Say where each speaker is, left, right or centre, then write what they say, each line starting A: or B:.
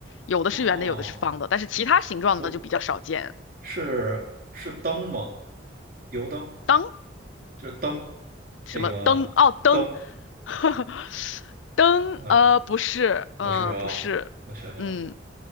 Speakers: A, on the left; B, on the right.
A: 有的是圆的，
B: 啊，
A: 有的是方的，但是其他形状的就比较少见。
B: 不是，是灯吗？油灯，
A: 灯
B: 就是灯，
A: 什么灯？
B: 那个灯，
A: 哦，灯，<laughs> 灯，
B: 嗯，
A: 呃，不是，嗯、
B: 不是啊，
A: 不是，
B: 我想想，
A: 嗯，